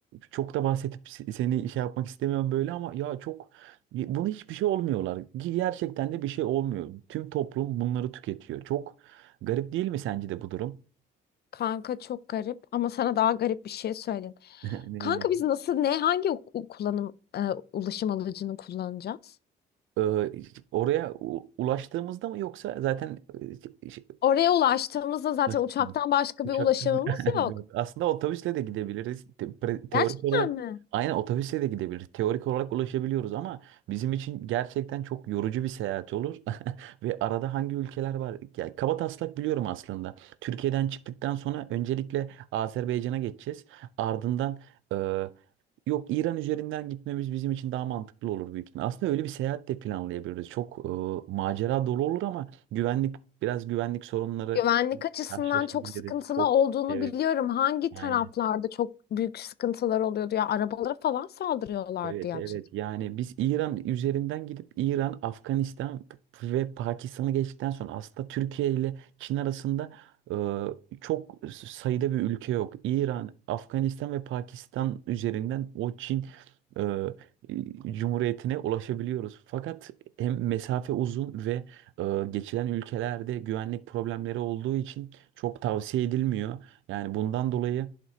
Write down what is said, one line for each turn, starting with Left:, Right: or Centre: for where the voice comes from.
Right: Çok da bahsedip se- seni şey yapmak istemiyorum böyle ama ya çok bunu hiçbir şey olmuyorlar. Ki Gerçekten de bir şey olmuyor. Tüm toplum bunları tüketiyor. Çok garip değil mi sence de bu durum?
Left: Kanka çok garip ama sana daha garip bir şey söyleyeyim.
Right: <laughs>
Left: Kanka biz nasıl ne hangi u- u- kullanım e, ulaşım aracını kullanacağız?
Right: Ee, oraya u- ulaştığımızda mı yoksa zaten e, şey-
Left: Oraya ulaştığımızda zaten
Right: şey,
Left: uçaktan başka
Right: Uçakta
Left: bir ulaşımımız
Right: <laughs> yok.
Left: yok.
Right: Aslında otobüsle de gidebiliriz. Te- pre- teorik
Left: Gerçekten
Right: olarak
Left: mi?
Right: aynen otobüsle de gidebiliriz. Teorik olarak ulaşabiliyoruz ama bizim için gerçekten çok yorucu bir seyahat olur. <laughs> Ve arada hangi ülkeler var? Yani kaba taslak biliyorum aslında. Türkiye'den çıktıktan sonra öncelikle Azerbaycan'a geçeceğiz. Ardından e, Yok İran üzerinden gitmemiz bizim için daha mantıklı olur büyük ihtimal. Aslında öyle bir seyahat de planlayabiliriz. Çok e, macera dolu olur ama güvenlik biraz güvenlik sorunları
Left: Güvenlik açısından
Right: Karşılaşabiliriz
Left: çok sıkıntılı
Right: çok.
Left: olduğunu
Right: Evet,
Left: biliyorum. Hangi
Right: aynen.
Left: taraflarda çok büyük sıkıntılar oluyordu ya arabalara falan saldırıyorlardı
Right: Evet,
Left: yanlış.
Right: evet.
Left: hatırlamıyorsam.
Right: Yani biz İran üzerinden gidip İran, Afganistan ve Pakistan'ı geçtikten sonra aslında Türkiye ile Çin arasında e, çok sayıda bir ülke yok. İran, Afganistan ve Pakistan üzerinden o Çin e, e, Cumhuriyeti'ne ulaşabiliyoruz. Fakat hem mesafe uzun ve e, geçilen ülkelerde güvenlik problemleri olduğu için çok tavsiye edilmiyor. Yani bundan dolayı